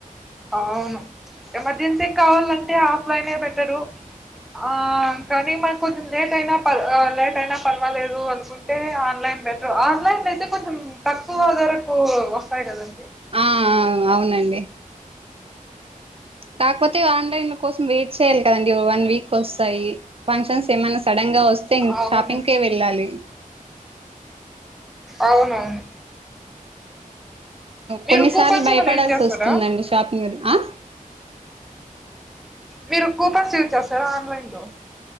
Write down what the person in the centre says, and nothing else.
అవును ఎమర్జెన్సీకి కావాలంటే ఆఫ్ లైనే బెటరు ఆ కానీ మకు కొంచం లేట్ అయినా పర్వా ఆ లేట్ అయినా పర్వాలేదు అను కుంటే ఆన్లైన్ బెటర్ ఆన్లైన్ల అయితే కొంచెం తక్కువ ధరకు వస్తాయి కదండి
అవును.
అవునవును మీరు
కూపన్స్
ఏమన్నా యూజ్ చేస్తారా?
మీరు కూపన్స్ యూస్ చేస్తారా ఆన్లైన్ లో